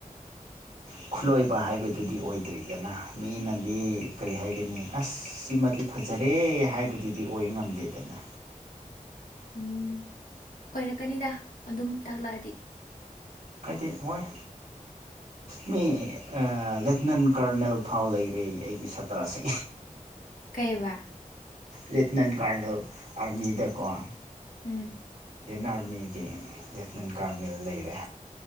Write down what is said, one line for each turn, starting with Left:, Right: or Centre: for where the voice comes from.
Right: <unintelligible> ꯈꯨꯠꯂꯣꯏꯕ ꯍꯥꯏꯕꯗꯨꯗꯤ ꯑꯣꯏꯗ꯭ꯔꯤꯗꯅ ꯃꯤꯅꯗꯤ ꯀꯔꯤ ꯍꯥꯏꯒꯅꯤ ꯑꯁ ꯁꯤꯃꯗꯤ꯫ ꯐꯖꯔꯦ ꯍꯥꯏꯕꯗꯨꯗꯤ ꯑꯣꯏ ꯉꯝꯗꯦꯗꯅ꯫
Left: ꯎꯝ ꯑꯣꯏꯔꯛꯀꯅꯤꯗ ꯑꯗꯨꯝ ꯇꯥꯛꯂꯛꯑꯗꯤ꯫
Right: ꯀꯥꯏꯗꯦ ꯍꯣꯏ꯫ ꯃꯤ ꯂꯦꯞꯇꯤꯅꯦꯟ ꯀꯔꯅꯦꯜ ꯐꯥꯎ ꯂꯩꯔꯦ ꯑꯩꯒꯤ ꯁꯥꯇ꯭ꯔꯁꯦ꯫
Left: ꯀꯩꯕ꯫
Right: Lieutenant colonel ꯑꯥꯔꯃꯤꯗꯀꫭ꯫
Left: ꯎꯝ꯫
Right: <unintelligible> ꯒꯤ ꯂꯦꯞꯇꯤꯅꯦꯟ ꯀꯥꯔꯅꯦꯜ ꯂꯩꯔꯦ